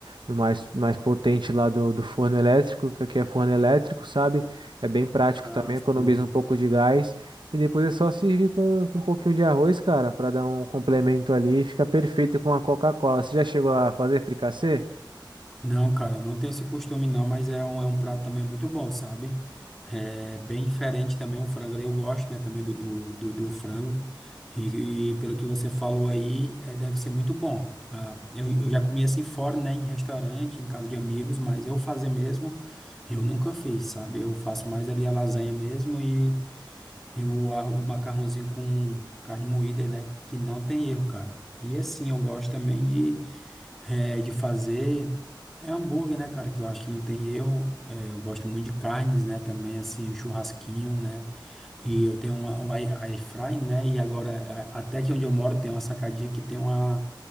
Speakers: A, on the right; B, in the centre.
A: no mais, mais potente lá do, do forno elétrico, que aqui é forno elétrico, sabe? É bem prático
B: Ah,
A: também,
B: sim.
A: economiza um pouco de gás. E depois é só servir com, com um pouquinho de arroz, cara, para dar um complemento ali. Fica perfeito com a Coca-Cola. Você já chegou a fazer fricassê?
B: Não, cara, não tenho esse costume não, mas é um, é um prato também muito bom, sabe? É bem diferente também o frango ali, eu gosto, né, também do, do, do, do frango. E, e pelo que você falou aí, é, deve ser muito bom. Ah, eu, eu já comi assim fora, né, em restaurante, em casa de amigos, mas eu fazer mesmo, eu nunca fiz, sabe? Eu faço mais ali a lasanha mesmo e, e o, ar- o macarrãozinho com carne moída, né, que não tem erro, cara. E assim, eu gosto também de é, de fazer é hambúrguer, né, cara? Que eu acho que não tem erro. É, eu gosto muito de carnes, né? Também, assim, o churrasquinho, né? E eu tenho uma- o air air fry, né? E agora, a- até que onde eu moro, tem uma sacadinha que tem uma.